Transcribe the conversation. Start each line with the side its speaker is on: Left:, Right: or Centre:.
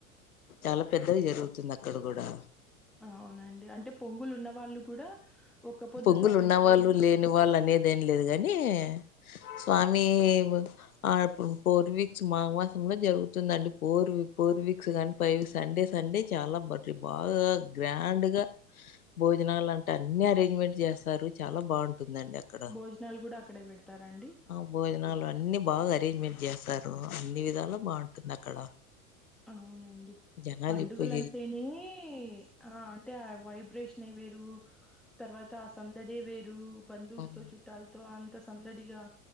Left: చాలా పెద్దగ జరుగుతుంది అక్కడ కూడా.
Centre: అవునండి అంటే పొంగులు ఉన్న వాళ్ళు కూడా ఒక్క పొద్దుతో
Left: పొంగులు
Centre: అక్కడికి
Left: ఉన్నవాళ్ళు
Centre: వెళ్ళి
Left: లేని వాళ్ళు అనేదెం లేదుకాని. స్వామి ఆ పూర్వీక్స్ మాఘమాసంలో జరుగుతుందండి పూర్వీ ఫోర్ వీక్స్ కానీ ఫైవ్ వీక్స్. సండే సండే చాలా బర్జ్ బాగా గ్రాండ్గా భోజనాలు అంట అన్ని అరేంజ్మెంట్స్ చేస్తారు చాలా బావుం టుందండి అక్కడ,
Centre: భోజనాలు కూడా అక్కడే పెడతారండి
Left: ఆ భోజనాలు అన్ని బాగా అరేంజ్మెంట్ చేస్తారు. అన్ని విధాలా బావుంటుంది అక్కడ.
Centre: అవునండి
Left: జనాలు
Centre: పండుగలంటేనే
Left: ఇప్పుడు
Centre: ఆ అంటే ఆ వైబ్రేషనే వేరు. తర్వాత ఆ సందడే వేరూ బంధువులతో
Left: అది
Centre: చుట్టాలతో అంత సందడిగా